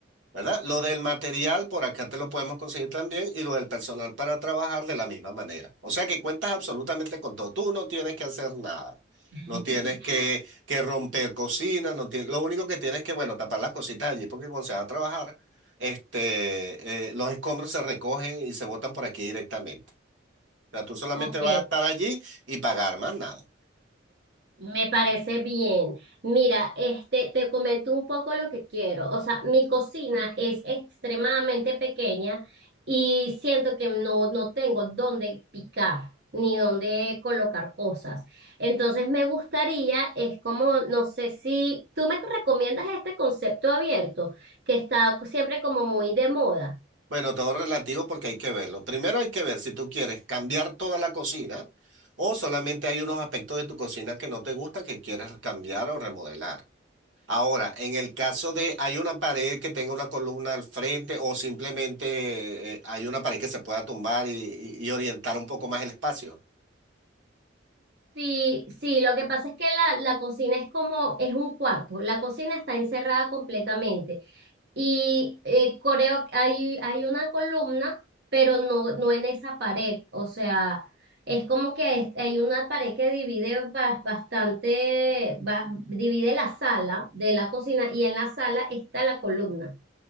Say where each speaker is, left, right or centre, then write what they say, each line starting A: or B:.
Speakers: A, on the right; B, on the right.
A: ¿verdad? Lo del material por acá te lo podemos conseguir también y lo del personal para trabajar de la misma manera. O sea que cuentas absolutamente con todo. Tú no tienes que hacer nada.
B: <laughs>
A: No tienes que, que romper cocinas no tienes, lo único que tienes que, bueno, tapar las cositas allí porque cuando se va a trabajar, este, eh, los escombros se recogen y se botan por aquí directamente. O sea, tú solamente
B: Ok,
A: vas a estar allí y pagar más nada.
B: Me parece bien. Mira, este, te comento un poco lo que quiero. O sea, mi cocina es extremadamente pequeña y siento que no, no tengo dónde picar ni dónde colocar cosas. Entonces me gustaría, es como, no sé si tú me recomiendas este concepto abierto, que está siempre como muy de moda.
A: Bueno, todo relativo porque hay que verlo. Primero hay que ver si tú quieres cambiar toda la cocina o solamente hay unos aspectos de tu cocina que no te gustan que quieres cambiar o remodelar. Ahora, en el caso de hay una pared que tenga una columna al frente o simplemente eh, hay una pared que se pueda tumbar y, y- y orientar un poco más el espacio.
B: Sí, sí, lo que pasa es que la, la cocina es como, es un cuarto, la cocina está encerrada completamente. Y eh, creo que hay, hay una columna, pero no, no en esa pared. O sea, es como que es- hay una pared que divide ba- bastante, ba- divide la sala de la cocina y en la sala está la columna.